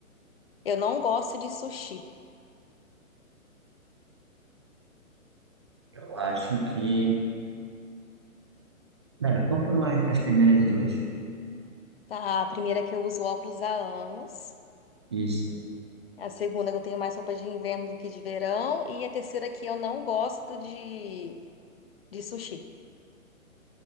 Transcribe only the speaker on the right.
Eu acho que Cara, qual foram as, as primeiras duas?
Isso.